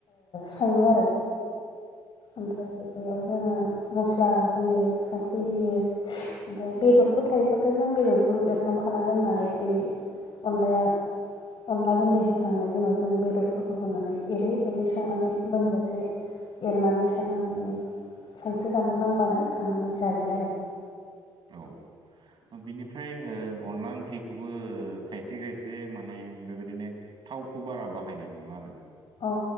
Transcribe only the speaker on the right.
<inaudible>
औ बिनिफ्राय अनला ओंख्रिखौबो खायसे खायसे माने बेबायदिनो थावखौ बारा बाहायनाय नङा आरो